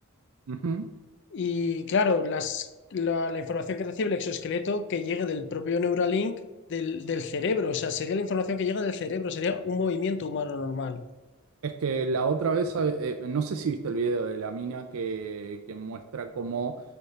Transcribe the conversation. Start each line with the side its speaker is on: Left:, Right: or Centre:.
Right: Ujú.
Left: Y claro, las, la, la información que recibe el exoesqueleto que llegue del propio Neuralink del, del cerebro, o sea, sería la información que llega del cerebro, sería un movimiento humano normal.
Right: Es que la otra vez, eh, eh, no sé si viste el video de la mina que, que muestra cómo